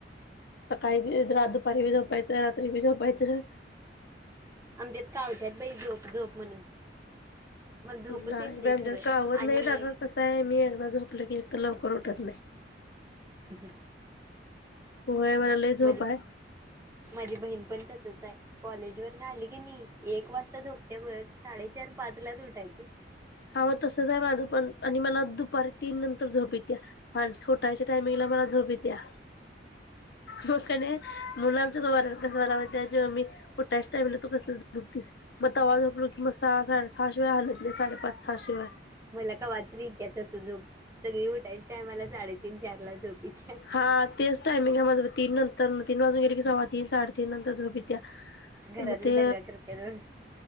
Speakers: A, on the left (about 65°); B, on the right (about 15°).
A: सकाळी बी, ईदरा दुपारी बी, झोपायचं रात्री बी झोपायचं.
B: आमच्यात कावत्यात बाई झोप-झोप म्हणून. मला झोपच
A: नाही
B: येत
A: बाई आमच्या
B: खरं
A: कावत
B: आणि
A: नाही टाका कस आहे मी एकदा झोपलं की एक तर लवकर उठ उठत नाही.
B: हम्म.
A: होय मला लय झोप
B: माझी-माझी
A: आहे.
B: बहीण पण तसच आहे कॉलेज वरन आली की मी एक वाजता झोपते बघ साडेचार पाच लाच ऊटायचं.
A: हावो तसा जरा अगपण आणि मला दुपारी तीन नंतर झोप यित्या आलस उठायच्या टायमिंगला मला झोप यित्या मग की नाई मुलांच्या <unintelligible> कसं झालं माहीतेय. जेव्हा मी ऊठ्याच टाईमला तु कसल झोपतीस मग तवा झोपलो की मस सहा साडेसहा अशा हालत नाही साडे पाच सहा शीवाय.
B: मला कवातरी इत्या तसं झोप सगळी उठायची टायमाला साडेतीन चार ला झोप येत्या.
A: हा तेच टायमिंग आहे माझं तीन नंतर तीन वाजून गेले की सव्वा तीन साडेतीन नंतर झोप येत्या.
B: घरातली
A: म ते
B: दंगा करत्यात बघ.